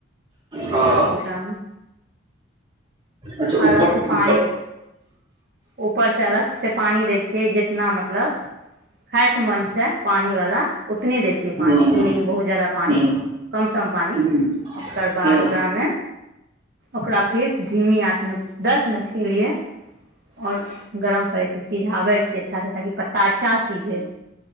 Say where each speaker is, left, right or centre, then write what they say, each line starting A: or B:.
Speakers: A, on the right; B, on the right.
A: हँ
B: ताम
A: अच्छा
B: अलग
A: ऊपर
B: छै पानि
A: ऊपर
B: ऊपर से अलग से पानी दै छियै जितना मतलब खाय के मन छै पानि वाला उतने दै छियै पानि
A: हुँ
B: ई नहि बहुत ज्यादा पानि
A: हुँ
B: कम सम पानि
A: हुँ
B: ओकर बाद
A: हुँ
B: ओकरामे ओकरा फेर धीमी आठमे दस मिनट के लिए आओर गरम करै छी सिझाबै छी अच्छा सँ ताकि पत्ता <unintelligible> अच्छाँ सीझे